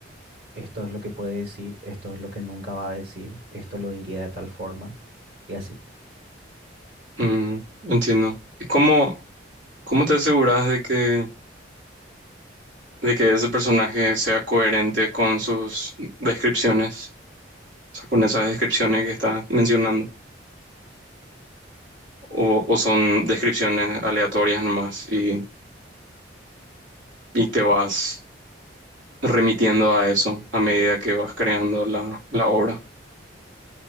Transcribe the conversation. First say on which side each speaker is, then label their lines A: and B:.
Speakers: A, on the right; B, on the right.
A: esto es lo que puede decir, esto es lo que nunca va a decir, esto lo diría de tal forma y así.
B: Mm, entiendo. ¿Y cómo, cómo te aseguras de que, de que ese personaje sea coherente con sus descripciones? O sea, con esas descripciones que estás mencionando. o, o son descripciones aleatorias nomás y, y te vas remitiendo a eso a medida que vas creando la, la obra.